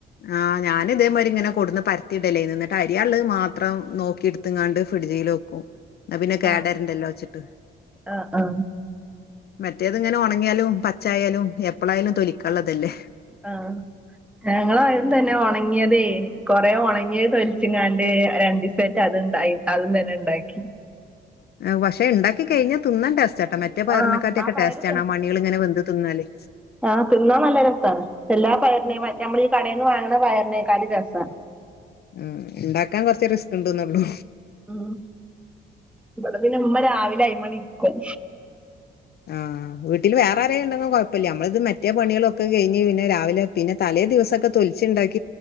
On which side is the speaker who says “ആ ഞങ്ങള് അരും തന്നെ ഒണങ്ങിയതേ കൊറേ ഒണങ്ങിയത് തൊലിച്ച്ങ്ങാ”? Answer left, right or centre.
Centre